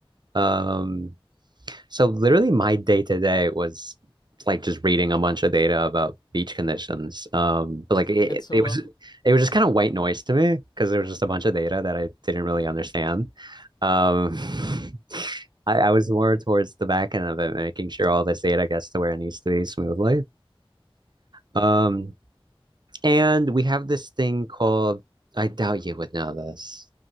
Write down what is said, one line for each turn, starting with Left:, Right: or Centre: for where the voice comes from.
Right: Um, so literally my day to day was like just reading a bunch of data about beach conditions. Um, but like it,
Left: And so
Right: it
Left: what?
Right: was it was just kind of white noise to me because there was just a bunch of data that I didn't really understand. Um, <laughs> I, I was more towards the back end of it, making sure all this data gets to where it needs to be smoothly. Um, and we have this thing called, I doubt you would know this.